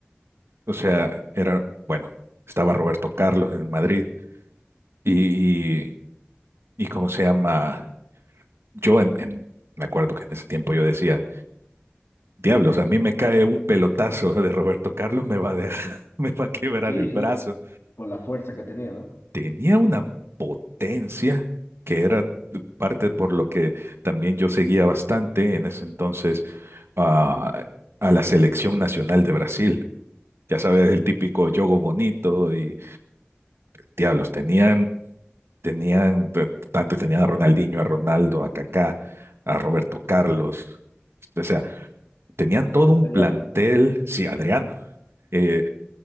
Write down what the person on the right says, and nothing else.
O sea, era, bueno, estaba Roberto Carlos en Madrid y, y, y cómo se llama, yo en, en- me acuerdo que en ese tiempo yo decía, diablos, a mí me cae un pelotazo de Roberto Carlos, me va a dejar, <laughs> me va a quebrar
el brazo.
Tenía una potencia que era parte por lo que también yo seguía bastante en ese entonces a, a la selección nacional de Brasil. Ya sabes, el típico yogo bonito y diablos, tenían Tenían, te- antes tenían a Ronaldinho, a Ronaldo, a Kaká, a Roberto Carlos. O sea, tenían todo
un plantel, sí, Adriano, eh,